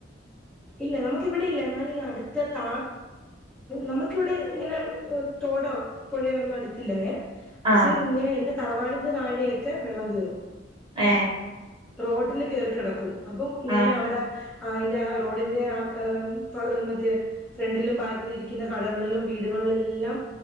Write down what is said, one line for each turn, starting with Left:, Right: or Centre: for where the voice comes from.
Centre: ഇല്ല നമുക്കിവിടെ ഇല്ല എന്നാലും അടുത്ത താ നമുക്കിവിടെ ഇങ്ങനെ തോടോ പൊഴയോ ഒന്നും അടുത്തില്ലാ പക്ഷെ
Right: ആഹ്
Centre: ഇങ്ങനെ എന്റെ തറവാടിന്റെ താഴെയൊക്കെ വെള്ളം കേറും
Right: ഏ
Centre: റോട്ടില് കേറി കെടക്കും അപ്പം ഇങ്ങനെ
Right: ആഹ്
Centre: അവിടെ ആ അയിന്റെ ആ റോഡി ടെ അ മറ്റേ ഫ്രണ്ടിലും ബാക്കിലും ഇരിക്കുന്ന കടകളിലും വീടുകളിലെല്ലാം